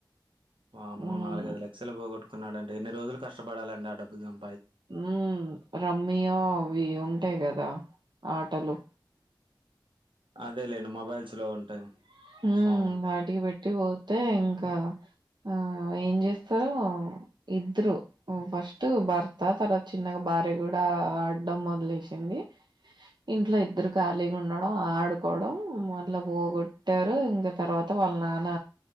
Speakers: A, on the right (about 85°); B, on the right (about 60°).
A: వామ్మో
B: మ్మ్
A: నాలుగైదు లక్షలు పోగొటుకున్నాడాంటే ఎన్ని రోజులు కష్టపడాలండి ఆ డబ్బు సం
B: ఉ రమ్మిఓ అవి ఉంటాయి కదా ఆటలు
A: అదేలేండి మొబైల్స్లో ఉంటాయి
B: హ్మ్మ్
A: ఫోన్లో
B: అటికి పెట్టి పోతే ఇంకా ఆ ఏం చేస్తారు ఇద్దరు ఫస్ట్ భర్త తర్వాత చిన్నగా బా వారి కూడా ఆడడం మొదలేసింది ఇంట్లో ఇద్దరు ఖాళీగా ఉండడం ఆడుకోవడం మళ్ల పోగొ పెట్టారు ఇంక తర్వాత వాళ్ళ నాన్న